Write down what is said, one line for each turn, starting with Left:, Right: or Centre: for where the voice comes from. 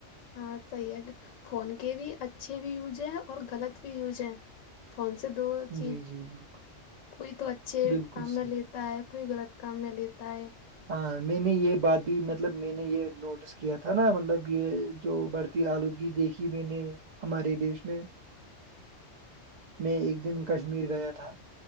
Left: ہاں صحیح ہے کہ فون کے بھی اچھے بھی یوج ہیں اور غلط بھی یوج ہے فون سے دو چیز
Right: جی جی بالکل
Left: کوئی تو اچھے
Right: بالکل
Left: کام
Right: صحیح
Left: میں لی تا ہے کوئی غلط کام میں لیتا ہے
Right: ہاں میں نے یہ بات بھی مطلب میں نے یہ نوٹس کیا تھا نا مطلب یہ جو بڑھتی آلودگی دیکھی میں نے ہمارے دیش میں میں ایک دن کشمیر گیا تھا